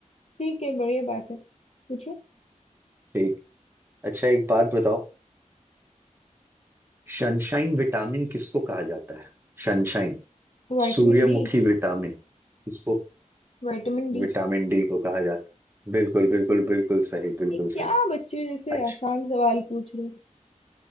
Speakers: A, on the left; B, on the right.
A: ठीक है बढ़िया बात है पूछो
B: ठीक अच्छा एक बात बताओ सनशाइन विटामिन किसको कहा जाता है सनशाइन
A: Vitamin
B: सूर्यमुखी
A: D
B: विटामिन किसको
A: Vitamin D
B: विटामिन डी को कहा जाता है बिल्कुल बिल्कुल बिल्कुल सही बिल्कुल
A: ये क्या
B: सही
A: बच्चे जैसे
B: अच्छा,
A: आसान सवाल पूछ रहे